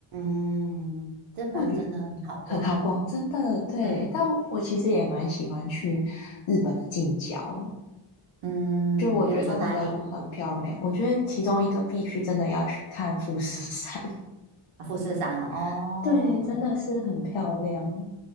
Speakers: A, on the right; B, on the left.
A: 嗯，日本真的很好逛诶。
B: 我觉得很好逛，真的对。
A: 对，
B: 但我，我其实也蛮喜欢去日本的近郊，
A: 嗯，
B: 就我觉得真的很漂亮。
A: 比如说哪里？
B: 我觉得其中一个必须真的要去看富士山，
A: 啊富士山哦。
B: <laughs> 对，真的是很漂亮，
A: 哦，